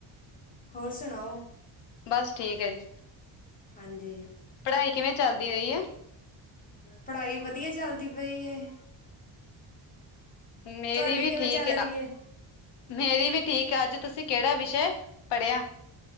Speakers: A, on the left; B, on the left.
A: ਹੋਰ ਸੁਣਾਓ
B: ਬਸ ਠੀਕ ਹੈ ਜੀ
A: ਹਾਂਜੀ
B: ਪੜ੍ਹਾਈ ਕਿਵੇਂ ਚੱਲਦੀ ਰਹੀ ਹੈ
A: ਪੜ੍ਹਾਈ ਵਧੀਆ ਚੱਲਦੀ ਪਈ
B: ਮੇਰੀ
A: ਤੁਹਾਡੀ
B: ਵੀ
A: ਕਿਵੇਂ
B: ਠੀਕ
A: ਚੱਲ ਰਹੀ ਹੈ?
B: ਮੇਰੀ ਵੀ ਠੀਕ ਅੱਜ ਤੁਸੀਂ ਕਿਹੜਾ ਵਿਸ਼ੇ ਪੜ੍ਹਿਆ?